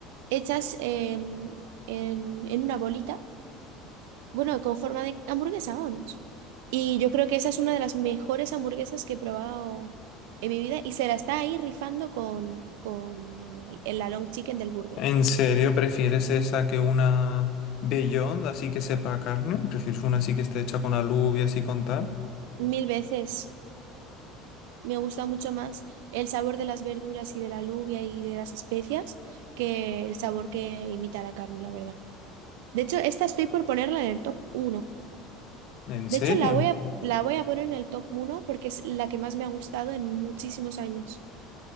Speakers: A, on the right; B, on the left.
A: hechas eh, en, en una bolita, bueno, con forma de hamburguesa, vamos. Y yo creo que esa es una de las mejores hamburguesas que he probado en mi vida y se la está ahí rifando con, con eh, la long chicken del burger.
B: ¿En serio prefieres esa que una Beyond, así que sepa a carne? ¿Prefieres una así que esté hecha con alubia, así con tal?
A: Mil veces. Me gusta mucho más el sabor de las verduras y de la alubia y de las especias que el sabor que imita la carne, la verdad. De hecho, esta estoy por ponerla en el top uno
B: ¿En
A: De
B: serio?
A: hecho, la voy a, la voy a poner en el top uno porque es la que más me ha gustado en muchísimos años. <laughs>